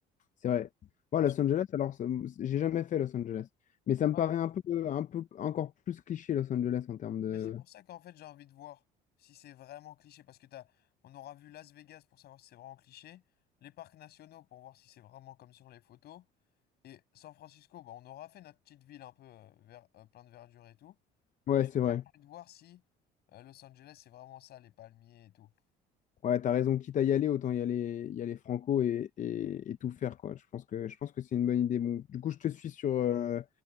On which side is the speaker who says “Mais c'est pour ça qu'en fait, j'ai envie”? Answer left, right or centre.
Left